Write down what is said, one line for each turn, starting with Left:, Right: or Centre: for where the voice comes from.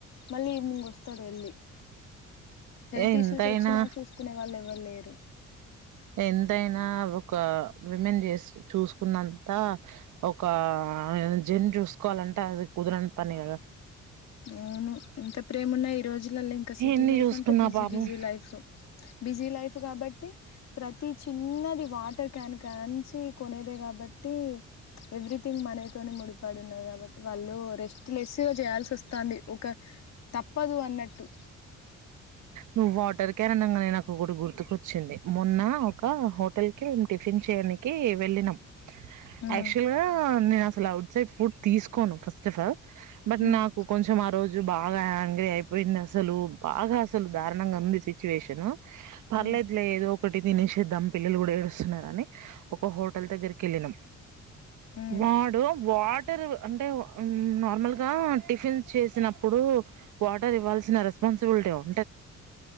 Left: మళ్ళీ ఈవినింగ్ వస్తాడు వెళ్ళి హెల్త్
Right: ఎంతైనా
Left: ఇష్యూస్ వచ్చినా చూసుకునే వాళ్ళ ఇవలేరు
Right: ఎంతైనా ఒక విమెన్ చేసు చూసుకున్నంత ఒక జన్ చూసుకోవాలంటే అది కుదరని పని కదా
Left: అవును ఇంత ప్రేమ ఉన్నాయి ఈ రోజులలో ఇంకా సిటీ
Right: ఎన్ని
Left: లైఫ్
Right: చూసుకున్నా
Left: అంటే బిజీ
Right: పాపం
Left: బిజీ లైఫ్ బిజీ జీ లైఫ్ కాబట్టి ప్రతి చిన్నది వాటర్ క్యాన్ కన్స్ కొనేదే కాబట్టి ఎవ్రీథింగ్ మనతోనే ముడిపడు ఉన్నాయి కాబట్టి వాళ్ళు రెస్ట్ లెస్ చేయాల్సి వస్తు వస్తుంది ఒక తప్పదు అన్నట్టు
Right: నువ్వు వాటర్ క్యారన్ంగానే నాకు కూడా గుర్తుకొచ్చింది మొన్న ఒక హోటల్ కి మేము టిఫిన్ చేర్కి వెళ్ళినాం
Left: ఉమ్
Right: క్చువల్ గా అసలు అవుట్ సైడ్ ఫుడ్ తీసుకోను first of all but
Left: um
Right: నాకు కొంచెం ఆ రోజు బాగా హంగ్రీ అయిపోయింది అసలు బాగా అసలు దారుణంగా ఉంది సిచువేషన్ పర్లేదులే
Left: ఉమ్
Right: ఏదో ఒకటి దినసే దమ్ పిల్లలు కూడా ఏడుస్తున్నారని ఒక హోటల్ దగ్గరికి క వెళ్ళిన
Left: ఉమ్
Right: వాడు వాటి తెరువు అంటే నార్మల్గా టిఫిన్స్ చేసినప్పుడు వాటర్ ఇవ్వాల్సిన రెస్పాన్సిబిలిటీ అవంది